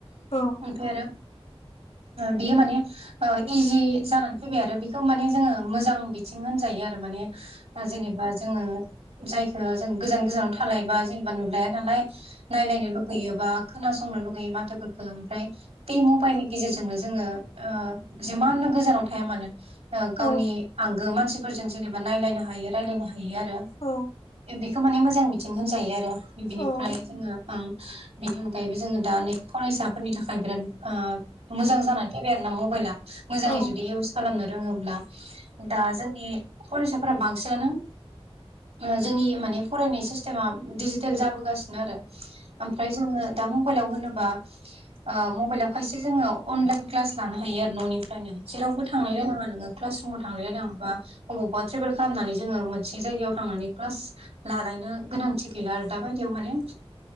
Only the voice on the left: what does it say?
औ
औ
औ
औ
औ